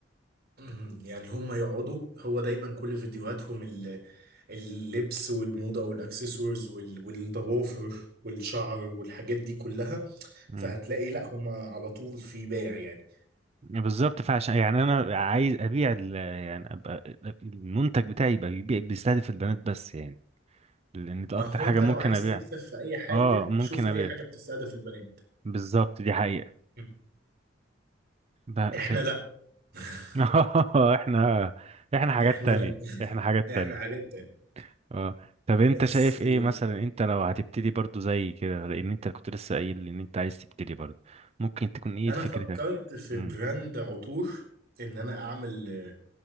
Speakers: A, on the right (about 55°); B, on the right (about 35°).
A: مهم. يعني هم يقعدوا هو دايما كل فيديوهاتهم ال- اللبس والموضة والاكسسوارز وال- والضوافر والشعر والحاجات دي كلها
B: مم.
A: فهتلاقي لا هم على طول في بيع يعني
B: بالظبط فعشان يعني انا عايز ابيع ال- يعني ابقى المنتج بتاعي يبقى بيبيع بيستهدف البنات بس يعني لان ده
A: ما
B: اكتر
A: هو
B: حاجه
A: انت
B: ممكن
A: لو عايز
B: ابيع
A: تكسب في اي حاجة
B: اه ممكن
A: شوف
B: ابيع
A: اي حاجة بتستهدف البنات
B: بالظبط دي حقيقه
A: مم.
B: ب-
A: احنا
B: ف...
A: لا <laughs>
B: <laughs> احنا احنا حاجات
A: احنا
B: تانية
A: لا
B: احنا حاجات
A: <laughs>
B: تانية
A: احنا حاجات تانية
B: اه طب انت
A: بس
B: شايف ايه
A: آه،
B: مثلا انت لو هتبتدي برضو زي كده لان انت كنت لسه قايل ان انت عايز تبتدي برضو ممكن تكون ايه
A: انا
B: فكرتك
A: فكرت في
B: امم
A: براند عطور ان انا اعمل آه،